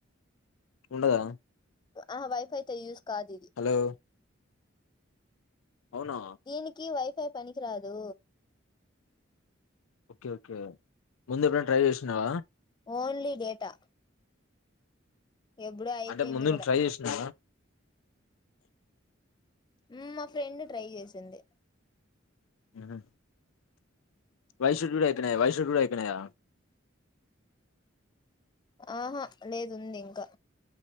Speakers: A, on the left; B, on the left.
A: ఉండదా
B: ఆ వైఫై తో యూస్ కాదు ఇది
A: హలో అవునా
B: దీనికి వై ఫై పనికి రాదు
A: ఓకే ఓకే ముందు ఎప్పు రన్ ట్రైచేసినావ
B: ఓన్లీ డేటా ఎప్పుడో అయిపోయింది
A: అంటే ముందు నువ్వు ట్రై చేసినావ
B: ఉమ్ మా ఫ్రెండ్ ట్రై చేసింది
A: ఆహా వైషు డూడ ఎక్కనియా వైషు డూడ ఎక్కనియా
B: ఆహా లేదు ఉంది ఇంకా